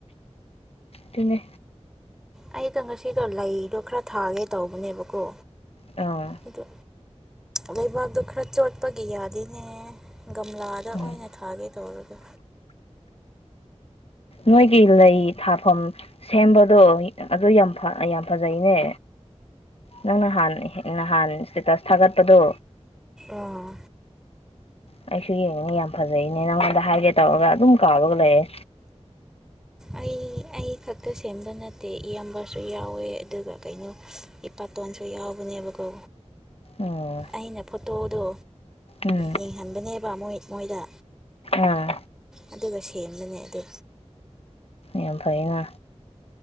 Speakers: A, on the left (about 60°); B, in the centre.
A: ꯇꯅꯦ
B: ꯑꯩꯗꯣ ꯉꯁꯤꯗꯣ ꯂꯩꯗꯣ ꯈꯔ ꯊꯥꯒꯦ ꯇꯧꯕꯅꯦꯕꯀꯣ
A: ꯑꯥ
B: ꯑꯗꯨ ꯂꯩꯕꯥꯛꯇꯣ ꯈꯔ ꯆꯣꯠꯄꯒꯤ ꯌꯥꯗꯦꯅꯦ ꯒꯝꯂꯥꯗ ꯑꯣꯏꯅ
A: ꯎꯝ
B: ꯊꯥꯒꯦ ꯇꯧꯔꯒ
A: ꯅꯣꯏꯒꯤ ꯂꯩ ꯊꯥꯐꯝ ꯁꯦꯝꯕꯗꯣ ꯑꯗꯨ ꯌꯥꯝ ꯌꯥꯝ ꯐꯖꯩꯅꯦ ꯅꯪꯅꯍꯥꯟ ꯅꯍꯥꯟ ꯏꯁꯇꯦꯇꯁ ꯊꯥꯒꯠꯄꯗꯣ
B: ꯑꯥ
A: ꯑꯩꯁꯨ ꯌꯦꯡꯅꯤꯡꯅꯤ ꯌꯥꯝ ꯐꯖꯩꯅꯦ ꯅꯪꯉꯣꯟꯗ ꯍꯥꯏꯒꯦ ꯇꯧꯔꯒ ꯑꯗꯨꯝ ꯀꯥꯕꯒ ꯂꯩꯔꯦ
B: ꯑꯩ ꯑꯩ ꯈꯛꯇ ꯁꯦꯝꯕ ꯅꯠꯇꯦ ꯏꯌꯥꯝꯝꯕꯁꯨ ꯌꯥꯎꯋꯦ ꯑꯗꯨꯒ ꯀꯩꯅꯣ ꯏꯄꯥꯇꯣꯟꯁꯨ ꯌꯥꯎꯕꯅꯦꯕꯀꯣ
A: ꯎꯝ
B: ꯑꯩꯅ ꯐꯣꯇꯣꯗꯣ
A: ꯎꯝ
B: ꯌꯦꯡꯍꯟꯕꯅꯦꯕꯣꯏ ꯃꯣꯏꯗ
A: ꯑꯥ
B: ꯑꯗꯨꯒ ꯁꯦꯝꯕꯅꯦ ꯑꯗꯨ
A: ꯌꯥꯝ ꯐꯩ ꯉꯥ